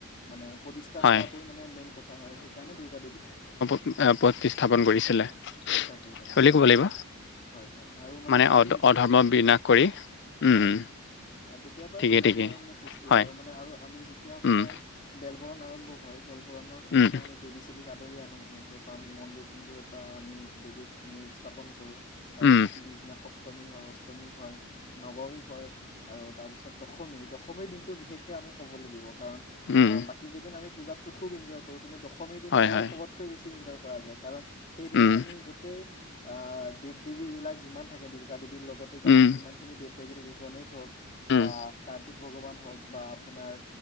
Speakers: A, on the left; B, on the left.
A: মানে প্ৰতিষ্ঠা
B: হয়,
A: কৰাটোৱ মানে মেইন কথা আৰু সেইকাৰণে দূৰ্গা দেৱীৰ
B: এ প্ৰতিষ্ঠাপন কৰিছিলে
A: তাকে তাকে
B: খুলি ক'ব লাগিব।
A: হয় হয় আৰু
B: মানে
A: সেই
B: অ, অধৰ্ম বিনাশ কৰি
A: হয়
B: উম।
A: আৰু তেতিয়াৰ পৰা
B: ঠিকেই,
A: দুৰ্গা
B: ঠিকেই,
A: পূজাৰ মানে সৃষ্টি
B: হয়,
A: আৰু মানে আৰু আমি যেতিয়া আপোনাৰ
B: উম,
A: বেল বৰণ আৰম্ভ হয় বেল বৰণৰ
B: উম,
A: দিনা আমি দেৱী সেবীক আদৰি আনো সেনেকে বা মন্দিৰ চন্দিৰৰ পৰা আমি দেৱীক আমি স্থাপন কৰো। তাৰপিছত
B: উম,
A: পিছদিনা সপ্তমী হয় অষ্টমী হয় নৱমী হয় আৰু তাৰপিছত দশমী - দশমীৰ দিনটো বিশেষকৈ আমি ক'ব লাগিব কাৰণ
B: উম,
A: বাকীকেইদিন আমি পূজাত খুব ইঞ্জয় কৰো কিন্তু দশমীৰ দিনা
B: হয়,
A: আৰু
B: হয়,
A: সবতকৈ বেছি ইঞ্জয় কৰা যায় কাৰণ সেইদিনা
B: উম,
A: আমি গোটেই দেৱ - দেৱী বিলাক যিমান থাকে দুৰ্গা দেৱীৰ লগতে বাকী
B: উম,
A: যিমান খিনি দেৱ থাকে গণেশ হওক
B: উম,
A: বা কাৰ্তিক ভগৱান হওক বা আপোনাৰ